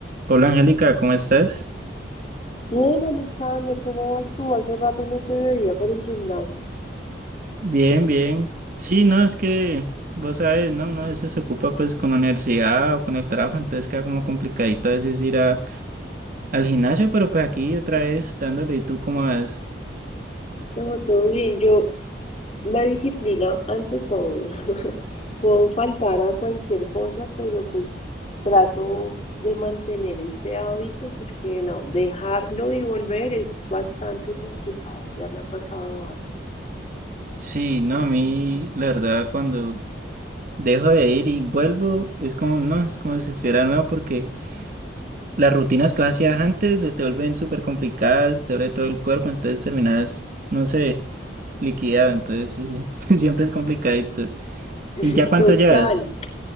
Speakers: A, on the right (about 50°); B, on the left (about 35°).
A: Hola Angélica, ¿cómo estás?
B: Bien, Alexander, ¿cómo vas tú? Hace rato no te veía por el gimnasio.
A: Bien, bien. Sí, no, es que vos sabes, no, uno a veces se ocupa pues con la universidad o con el trabajo, entonces queda como complicadito a veces ir a, al gimnasio, pero pues aquí otra vez dándole, ¿y tú cómo vas?
B: No, todo bien. Yo, la disciplina ante todo. <laughs> Puedo faltar a cualquier cosa, pero pues trato de mantener este hábito porque no, dejarlo y volver es bastante complicado. Ya me ha pasado antes.
A: Sí, no, a mí la verdad cuando dejo de ir y vuelvo es como, no, es como si estuviera nuevo porque las rutinas que vos hacías antes se te vuelven súper complicadas, te duele todo el cuerpo, entonces terminas, no sé, liquidado, entonces sí, <laughs> siempre es complicadito.
B: <laughs>
A: ¿Y ya cuánto
B: Total.
A: llevas?